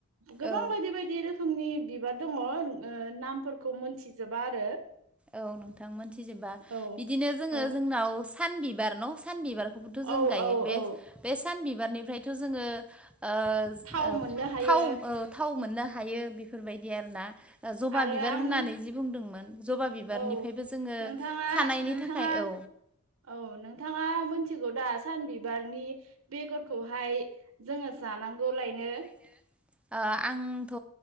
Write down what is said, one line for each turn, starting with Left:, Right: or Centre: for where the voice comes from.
Right: गोबां
Centre: औ
Right: बायदि बायदि रोखोमनि बिबार दङो ओ नामफोरखौ मोनथिजोबा आरो
Centre: औ नोंथां मोनथिजोबा
Right: औ
Centre: बिदिनो जोङो
Right: औ
Centre: जोंनाव सान बिबार न' सानबिबारखौ थो जों
Right: औ
Centre: गायो
Right: औ
Centre: बे-बे
Right: औ
Centre: सान बिबारनिफ्रायथ' जोङो ओ
Right: थाव
Centre: ओ
Right: मोननो हायो
Centre: थाव ओ थाव मोननो हायो बेफोरबायदि आरोना। जबा
Right: आरो
Centre: बिबार
Right: आं
Centre: होननानै
Right: मोन
Centre: जि बुंदोंमोन जबा बिबारनिफ्रायबो
Right: औ
Centre: जोङो
Right: नोंथाङा
Centre: खानायनि
Right: नोंथाङा
Centre: थाखाय औ
Right: औ नोंथाङा आ मोनथिगौ दा सानबिबारनि बेगरखौहाय जों जानां गौलायनो
Centre: <inaudible> आ आंथ'